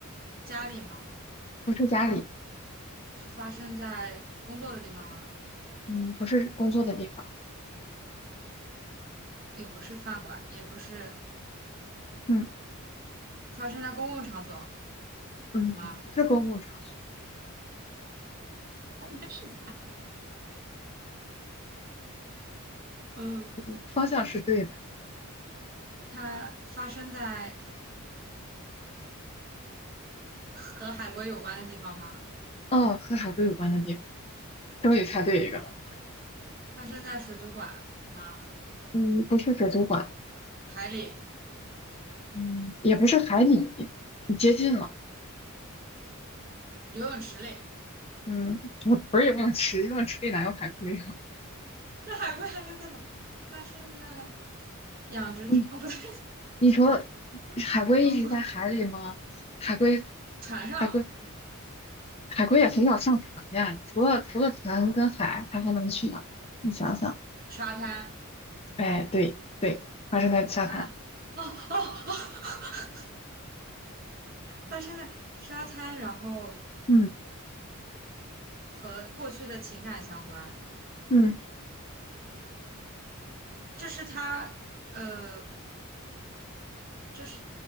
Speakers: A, on the right; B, on the left.
A: 家里吗？
B: 不是家里，
A: 是发生在工作的地方吗？
B: 嗯，不是工作的地方，
A: 也不是饭馆，也不是
B: 嗯
A: 发生在公共场所
B: 嗯，
A: 吗？
B: 不是公共场所，
A: 应该是的，嗯，
B: 你方向是对的，
A: 它发生在和海龟有关的地方吗？
B: 嗯，和海龟有关的地方，终于猜对一个了，
A: 发生在水族馆吗？
B: 嗯，不是水族馆，
A: 海里、
B: 嗯，也不是海里，你接近了，
A: 游泳池里？
B: 嗯，也不是游泳池，游泳池里哪有海龟啊？
A: 那海龟还能在哪？发生在养殖场？
B: <laughs> 嗯，
A: 哦，不对，
B: 你说海龟一直在海里吗？
A: <laughs> 嗯，
B: 海龟。
A: 船上、
B: 海龟海龟也很少上船呀，除了除了船跟海，它还能去哪？你想想，
A: 沙滩
B: 哎，对对，发生在沙滩，
A: 啊，哦哦哦，<laughs> 发生在沙滩，然后
B: <laughs> 嗯
A: 和过去的情感相关。
B: 嗯
A: 这是他，呃，这是